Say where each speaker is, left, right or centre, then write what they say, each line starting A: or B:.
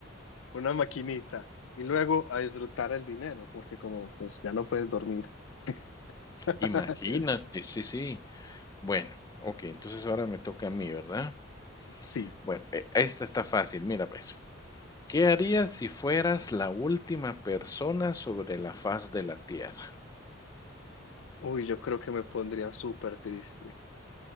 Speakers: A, on the left; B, on the left.
A: Una maquinita. Y luego a disfrutar el dinero, porque como pues ya no puedes dormir. <laughs>
B: Imagínate, sí, sí. Bueno, ok, entonces ahora me toca a mí, ¿verdad?
A: Sí.
B: Bueno, e- esta está fácil, mira pues. ¿Qué harías si fueras la última persona sobre la faz de la Tierra?
A: Uy, yo creo que me pondría súper triste.